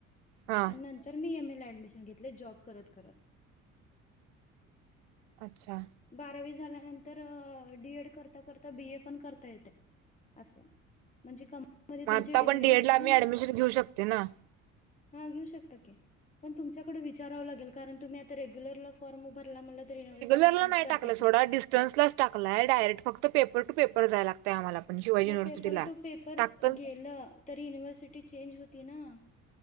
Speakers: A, on the right (about 60°); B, on the left (about 20°).
A: हा
B: आणि नंतर मी एमए ला ऍडमिशन घेतलंय जॉब करत करत
A: अच्छा
B: बारावी झाल्यानंतर अ डीएड करता करता बीए पण करता येतंय अस म्हणजे कं मध्ये
A: मग
B: तुमची
A: आता
B: डिग्री
A: पण डीएड
B: होती
A: ला आम्ही
B: ना
A: ऍडमिशन घेऊ शकते ना
B: हा घेऊ शकता की पण तुमच्याकडे विचारावं लागेल कारण तुम्ही आता रेग्युलर ला फॉर्म भरला म्हटला तरी युनिव्हर्सिटी
A: लर
B: चेंज
A: ला नाही
B: करता
A: टाकलं
B: येत
A: सोडा डिस्टन्सलाच टाकलाय डायरेक्ट फक्त पेपर टू पेपर जाया लागतंय आम्हाला पण शिवाजी
B: मग
A: युनिव्हर्सिटीला
B: पेपर टू पेपर
A: टाकत
B: गेलं तर युनिव्हर्सिटी चेंज होती ना हा